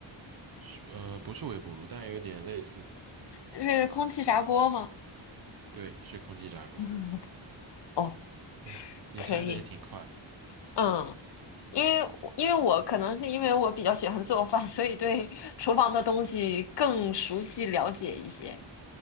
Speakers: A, on the right; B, on the left.
A: 是，呃，不是微波炉，但有点类似。
B: 是空气炸锅吗？
A: 对，是空气炸锅。
B: <laughs> 哦，
A: 对，你猜的也挺快。
B: 可以，嗯。因为因为我可能是因为我比较喜欢做饭，<laughs> 所以对厨房的东西更熟悉了解一些。